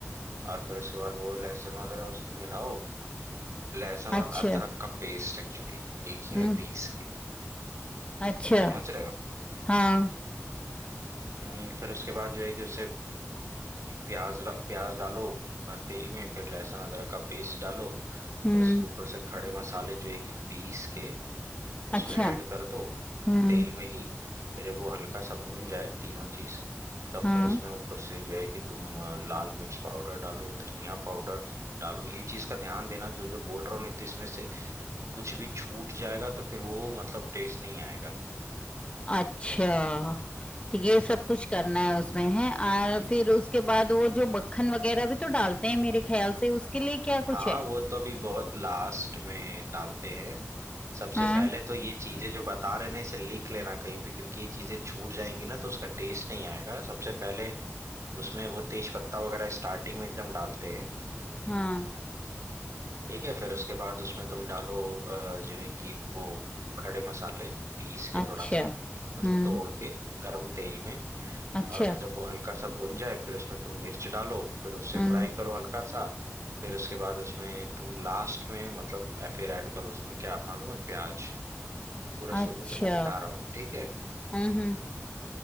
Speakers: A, on the right; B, on the left.
A: और फिर उसके बाद वो लहसुन वगैरह उसमें मिलाओ लहसुन और
B: अच्छा
A: अदरक का पेस्ट एक्चुअली एक ही
B: हम्म
A: में पीस के
B: अच्छा
A: समझ रहे हो
B: हाँ
A: हम्म, फिर उसके बाद जो है कि उसे प्याज र- प्याज डालो अ, तेल में फिर लहसुन अदरक का पेस्ट डालो
B: हम्म
A: फिर इसके ऊपर से खड़े मसाले जो है कि पीस के उसमें
B: अच्छा
A: ऐड कर दो
B: हम्म
A: तेल में ही फिर जब वो हल्का सा भुन जाए तीनों चीज तब
B: हाँ
A: फिर उसमें ऊपर से जो है कि तुम अ, लाल मिर्च पाउडर डालो धनिया पाउडर डालो ये चीज का ध्यान देना जो जो बोल रहा हूँ नहीं तो इसमें से कुछ भी छूट जाएगा तो फिर वो मतलब टेस्ट नहीं आएगा
B: अच्छा तो ये सब कुछ करना है उसमें है और फिर उसके बाद वो जो मक्खन वगैरह भी तो डालते हैं मेरे ख्याल से उसके लिए क्या
A: हाँ
B: कुछ है
A: वो तो अभी बहुत लास्ट में डालते हैं सबसे
B: हाँ
A: पहले तो ये चीजें जो बता रहे हैं ना इसे लिख लेना कहीं पे क्योंकि ये चीजें छूट जाएंगी ना तो उसका टेस्ट नहीं आएगा सबसे पहले उसमें वो तेज पत्ता वगैरह स्टार्टिंग में एकदम डालते हैं
B: हाँ
A: ठीक है फिर उसके बाद उसमें तुम डालो अ, जो है कि वो खड़े मसाले पीस के
B: अच्छा
A: थोड़ा सा मतलब
B: हम्म
A: तोड़ के गरम तेल में
B: अच्छा
A: और जब वो हल्का सा भुन जाए फिर उसमें तुम मिर्च डालो फिर उसे
B: हम्म
A: फ्राई करो हल्का सा फिर उसके बाद उसमें तुम लास्ट में मतलब अ, फिर ऐड करो उसमें क्या मालूम है प्याज पूरा शुरू
B: अच्छा
A: से मैं बता रहा हूँ ठीक है
B: हम्म हम्म,